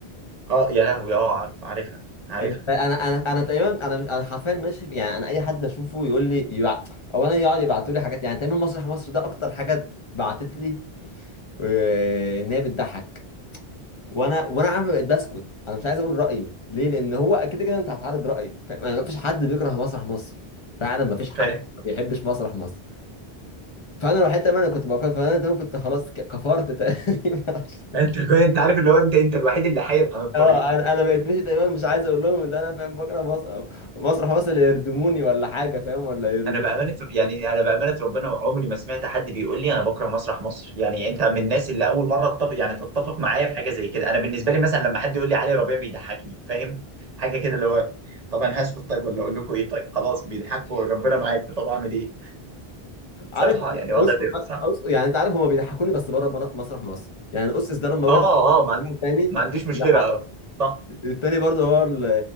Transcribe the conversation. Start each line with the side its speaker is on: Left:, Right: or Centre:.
Right: اه يا لهوي اه عارف عارفها عارفها
Left: انت انا انا انا تقريبا انا مش انا حرفيا ماشي في- يعني انا اي حد اشوفه يقول لي يبع... اولا يقعد يبعتوا لي حاجات يعني تقريبا مسرح مصر ده اكتر حاجه بعتت لي آه، ان هي بتضحك وانا وانا عارف بقيت بسكت انا مش عايز اقول رايي ليه لان هو كده كده انت هتعرض رايي ما فيش حد بيكره مسرح مصر فعلا ما فيش حد
Right: فاهم
Left: ما بيحبش مسرح مصر فانا الوحيد تقريبا اللي كنت بكره فانا تقريباً كنت خلاص ك- كفرت تقريبا
Right: انت
Left: <laughs>
Right: انت عارف اللي هو انت انت الوحيد اللي حايد عن الطريق
Left: اه انا انا بقيت ماشي دايما مش عايز اقول لهم ان انا فاهم بكره مسرح مسرح بس اللي يردموني ولا حاجه فاهم ولا يرجو
Right: انا بامانه يعني انا بامانه ربنا عمري ما سمعت حد بيقول لي انا بكره مسرح مصر يعني انت من الناس اللي اول مره تتفق يعني تتفق معايا في حاجه زي كده انا بالنسبه لي مثلا لما حد يقول لي علي ربيع بيضحكني فاهم حاجه كده اللي هو طب انا هسكت طيب ولا اقول لكم ايه طيب خلاص بيضحكوا ربنا معاك طب اعمل ايه
Left: عارف
Right: صراحه يعني وضع
Left: أس...
Right: ده صعب
Left: أس... يعني انت عارف هما بيضحكوني بس بره مر- مسرح مصر يعني اس اس ده لما
Right: اه
Left: بجد
Right: اه ما عندي
Left: تاني
Right: ما عنديش مشكله
Left: ضحك
Right: اه صح
Left: التاني برضه هو ال-